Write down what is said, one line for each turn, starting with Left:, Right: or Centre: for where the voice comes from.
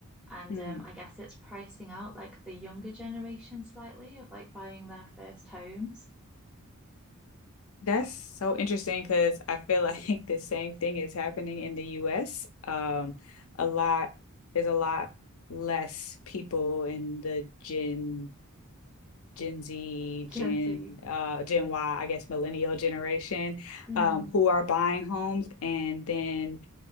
Centre: And
Left: Hmm.
Centre: um, I guess it's pricing out like the younger generation slightly of like buying their first homes.
Left: That's so interesting because I feel like <laughs> the same thing is happening in the US. Um, a lot, there's a lot less people in the Gen Gen Z,
Centre: <laughs> Gen
Left: Gen
Centre: Z.
Left: uh Gen Y, I guess millennial generation,
Centre: Mm.
Left: um, who are buying homes and then